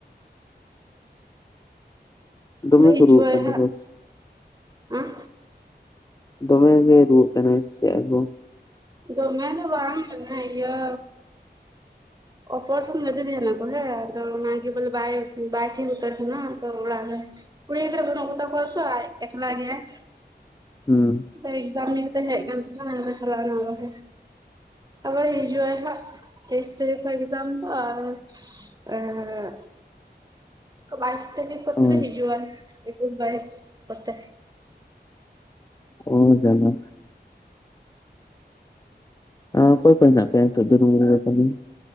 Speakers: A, on the left; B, on the right.
A: ᱚ ᱫᱚᱢᱮ
B: ᱞᱟᱹᱭᱪᱟᱭᱦᱟᱸᱜ,
A: ᱠᱚ ᱨᱩᱣᱟᱹᱜ ᱠᱟᱱ ᱛᱟᱠᱚᱣᱟ
B: ᱟᱸ
A: ᱫᱚᱢᱮᱜᱮ ᱨᱩᱣᱟᱹᱜ ᱠᱟᱱᱟᱭ ᱥᱮ ᱟᱭ ᱵᱟᱹᱦᱩ᱾
B: ᱫᱚᱢᱮ ᱫᱚ ᱵᱟᱝ ᱦᱤᱱᱟᱭ ᱜᱤᱭᱟ ᱚᱠᱚᱭ ᱥᱟᱶ ᱡᱟᱹᱛᱤ ᱫᱩᱧ ᱞᱮᱯᱚᱭᱟ᱾ ᱛᱚ ᱚᱱᱟᱜᱮ ᱵᱚᱞᱮ ᱵᱟᱭ ᱵᱟᱭ ᱛᱷᱤᱨ ᱩᱛᱟᱹᱨ ᱠᱟᱱᱟ ᱛᱚ ᱚᱲᱟᱜᱨᱮ ᱠᱩᱲᱤ ᱜᱤᱫᱽᱨᱟᱹ ᱵᱟᱹᱱᱩᱜ ᱠᱚᱛᱟ ᱠᱚᱣᱟ᱾ ᱥᱩᱫᱷᱩ ᱟᱭ, ᱮᱠᱞᱟ ᱜᱮᱭᱟᱭ᱾
A: ᱦᱩᱸ
B: ᱵᱟᱭ ᱮᱠᱡᱟᱢ ᱤᱭᱟᱹᱛᱮ ᱦᱮᱡᱽ ᱠᱟᱱ ᱛᱤᱧᱟ ᱪᱟᱞᱟᱣ ᱨᱩᱣᱟᱹᱲᱚᱜ ᱟᱞᱮ᱾ ᱟᱨᱦᱚᱸ ᱦᱤᱡᱩᱜᱟᱭ ᱦᱟᱸᱜ ᱛᱮᱭᱤᱥ ‌ ᱛᱟᱹᱨᱤᱠᱷ ᱠᱷᱚᱭ ᱮᱠᱡᱟᱢ ᱫᱚ ᱟᱨ ᱮᱸ ᱵᱟᱭᱤᱥ ᱛᱟᱨᱤᱠᱷ ᱠᱚᱛᱮ
A: ᱚ
B: ᱫᱚ ᱦᱤᱡᱩᱜᱼᱟᱭ, ᱮᱠᱩᱥ ᱵᱟᱭᱤᱥ ᱠᱚᱛᱮ
A: ᱚ ᱡᱟᱱᱟ ᱟᱯᱮ ᱯᱟᱸᱡᱟ ᱯᱮᱭᱟ ᱠᱟᱹᱡ ᱫᱚ ᱨᱩᱭᱟᱹᱲ ᱟᱠᱟᱱᱤ᱾